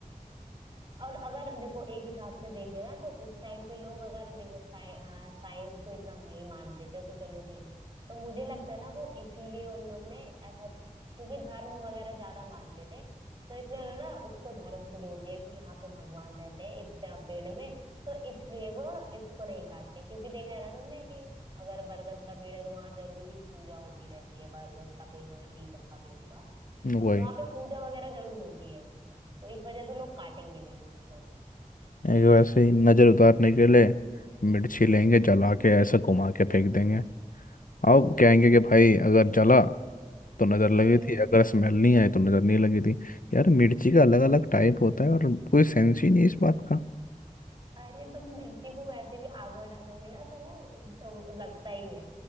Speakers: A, on the right; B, on the left.
A: और अगर देखो एक हिसाब से देखे ना तो उस टाइम पे लोग अगर देखो साइंस को इतना नहीं मानते थे तो चलो ठीक है तो मुझे लगता है ना वो इसीलिए उन लोग ने ऐसा क्योंकि धर्म वगैरह ज्यादा मानते थे तो इसलिए उन्होंने ना उसको धर्म से जोड़ दिया कि यहाँ पे भगवान रहते हैं इस तरह पेड़ में तो इसलिए वो इसको नहीं काटते क्योंकि देखा है ना तुमने कि अगर बरगद का पेड़ है तो वहां जरूर ही पूजा होती रहती है बरगद का पेड़ हुआ या पीपल का पेड़ हुआ
B: वही
A: तो वहां पे पूजा वगैरह जरूर होती है तो इस वजह से लोग काटेंगे नहीं उसको
B: एक वैसे ही नज़र उतारने के लिए मिर्ची लेंगे जला के ऐसा घुमा के फेंक देंगे अब कहेंगे कि भाई अगर जला तो नज़र लगी
A: हम्म
B: थी अगर स्मेल नहीं आई तो नज़र नहीं लगी थी यार मिर्ची का अलग अलग टाइप होता है और कोई सेंस ही नहीं इस बात का
A: अरे तुम मिर्ची को वैसे भी आग में डालोगे ना तो वो वो लगता ही है